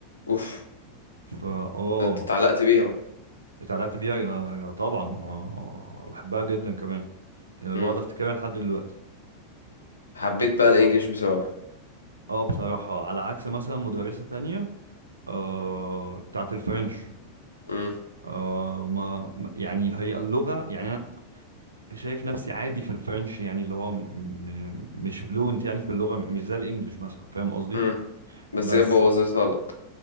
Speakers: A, on the left (about 80°); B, on the right (about 75°).
A: اوف
B: فا اه
A: ده انت اتعلقت بيها بقى
B: اتعلقت بيها يا- يا طبعا آه، بحبها جدا كمان آه،
A: امم
B: بقعد افتكرها لحد دلوقتي
A: حبيت بقى الانجليش بسببها
B: اه بصراحة على عكس مثلا مدرسة تانية آه بتاعت الفرنش
A: امم
B: آه ما ما- يعني هي اللغة يعني شايف نفسي عادي في الفرنش يعني اللي هو م... م- مش فلوينت يعني في اللغة مش زي الانجليش مثلا فاهم قصدي
A: امم بس
B: بس
A: هي بوظتها لك